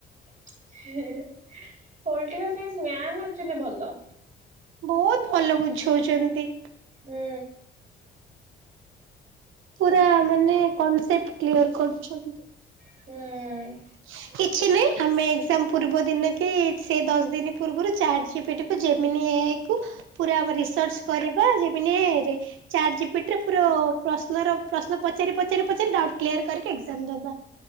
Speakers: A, on the right (about 40°); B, on the right (about 85°).
A: ପଲିଟିକାଲ୍ ସାଇନ୍ସ୍ ମ୍ୟାମ୍ ଆକ୍ଚୁଲି ଭଲ।
B: ବୋହୁତ୍ ଭଲ ବୁଝୋଉଚନ୍ତି।
A: ହୁଁ।
B: ପୁରା ମାନେ କନସେପ୍ଟ୍ କ୍ଲିୟର୍ କରୁଛନ୍ତି।
A: ହୁଁ।
B: ହ କିଛି ନାହିଁ ଆମେ ଏକ୍ଜାମ୍ ପୂର୍ବ ଦିନ କି ସେଇ ଦଶ ଦିନ ପୂର୍ବରୁ ଚାଟ୍ ଜିପିଟିକୁ ଯେମିିନି ଏ ଆଇ କୁ ପୁରା ଆମ ରିସର୍ଚ୍ଚ କରିବା ଯେମିନି ଏ ଆଇ ରେ ଚାଟ୍ ଜିପିଟିରେ ପୁର ପ୍ରଶ୍ନର ପ୍ରଶ୍ନ ପଚାରି ପଚାରି ପଚାରି ଡାଉଟ୍ କ୍ଲିୟର୍ କରିକି ଏଗ୍ଜାମ ଦବା।